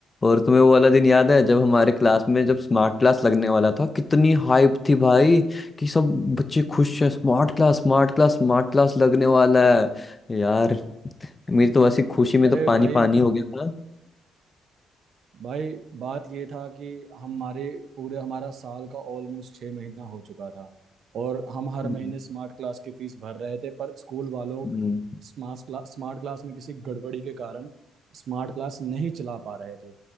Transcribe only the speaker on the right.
अरे
भाई
भाई बात ये था कि हमारे पूरे हमारा साल का ऑलमोस्ट छः महीना हो चुका था और हम हर
महीने स्मार्ट क्लास की फीस भर रहे थे पर स्कूल वालों
स्मार्ट क्लास स्मार्ट क्लास में किसी गड़बड़ी के कारण स्मार्ट क्लास नहीं चला पा रहे थे